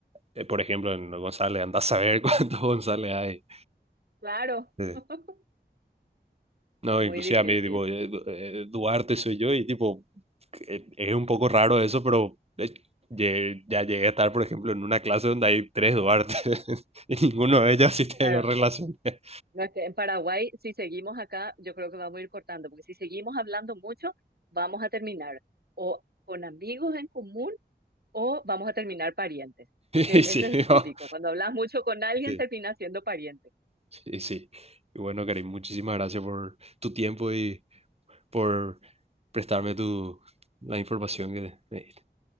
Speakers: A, on the right; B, on the right.
A: eh, por ejemplo, en González, andás a saber <laughs> cuántos González hay.
B: Claro,
A: Sí.
B: <laughs>
A: No,
B: muy
A: inclusive
B: difícil.
A: a mí, tipo, eh, Du- eh, Duarte soy yo y, tipo, eh, es un poco raro eso, pero eh, llegué- ya llegué a estar, por ejemplo, en una clase donde hay tres Duarte <laughs> y ninguno de ellos sí tengo
B: Claro.
A: relación. <laughs>
B: No, es que en Paraguay, si seguimos acá, yo creo que vamos a ir cortando, porque si seguimos hablando mucho, vamos a terminar o con amigos en común o vamos a terminar parientes, porque
A: Y sí,
B: eso es típico.
A: no,
B: Cuando hablas mucho con alguien,
A: sí,
B: terminas siendo pariente.
A: sí, sí. Y bueno, Karim, muchísimas gracias por tu tiempo y por prestarme
B: Un
A: tu, la información que me diste.